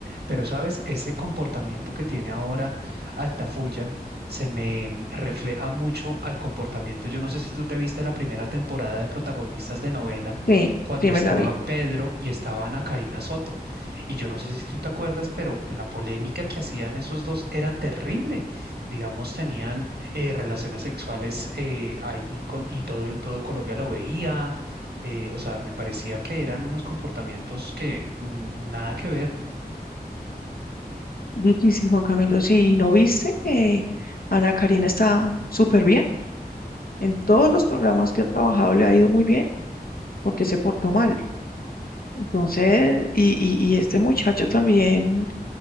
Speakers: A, on the right; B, on the left.
A: pero sabes, ese comportamiento que tiene ahora Altafulla se me mm, refleja mucho al comportamiento. Yo no sé si tú te viste la primera temporada de protagonistas de novela
B: Sí,
A: cuando
B: sí
A: estaba
B: me la vi.
A: Pedro y estaba Ana Karina Soto. Y yo no sé si tú te acuerdas, pero la polémica que hacían esos dos era terrible. Digamos, tenían eh, relaciones sexuales eh, ahí con, y todo, el- todo Colombia lo veía. eh, o sea, me parecía que eran unos comportamientos que mm, nada que ver.
B: Difícil, Juan Camilo. Sí, ¿y no viste que Ana Karina está súper bien? En todos los programas que ha trabajado le ha ido muy bien. porque se portó mal. Entonces, y, y, y este muchacho también,